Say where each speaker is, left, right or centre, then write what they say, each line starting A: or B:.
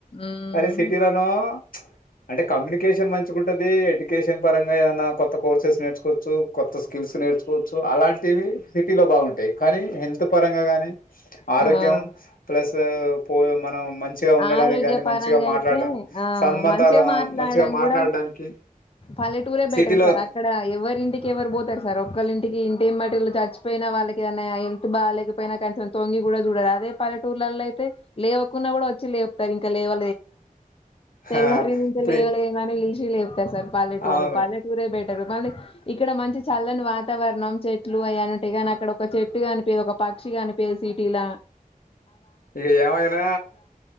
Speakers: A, on the left; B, on the left.
A: ఉమ్
B: కానీ సిటీలోనో అంటే కమ్యూనికేషన్ మంచిగా ఉంటుది ఎడ్యుకేషన్ పరంగా ఏమన్నా కొత్త కోర్సెస్ నేర్చకోవచ్చు కొత్త స్కిల్స్ నేర్చుకోవచ్చు అలాంటివి సిటీలో బాగుంటాయి కానీ హెల్త్ పరంగా గానీ ఆరోగ్యం
A: ఆ
B: ప్లస్ పో మనం మంచిగా ఉండడానికి
A: ఆరోగ్య
B: గాని
A: పరంగా
B: మంచిగా మాట్లాడడం
A: అయితే ఆ
B: సంబంధాలు
A: మంచిగా మాట్లాడడం
B: మంచిగా మాట్లాడడానికి
A: కూడా పల్లెటూరే బెటర్
B: సిటీలో
A: సార్ అక్కడ ఎవరి ఇంటికి ఎవరు పోతారు సార్ ఒకళ ఇంటికి ఇంటిేం మట్ చచ్చిపోయినా వాళ్ళకిదైనా హెల్త్ బాగాలేకపోయినా కనీం తొంగి కూడా చూడరు అదే ప టూర్లలో అయితే లేవకుంన్నా కూడా వచ్చి లేతారు ఇంకా లేవ తెల్లరింక
B: ఆ! ఇప్పుడు
A: లేవలే ఏమ ఇల్చి లేపుతా సార్ పల్లెటూరు
B: అవును.
A: పల్లెటూరే పె మళ్ళీ ఇక్కడ మంచి చల్లని వాతావరణం చెట్లు అవి ఉంటయి కానీ అక్కడ ఒక చెట్టు కనిప ఒక పక్షిగా అనిపేసిీటీలా
B: ఇక ఏమయినా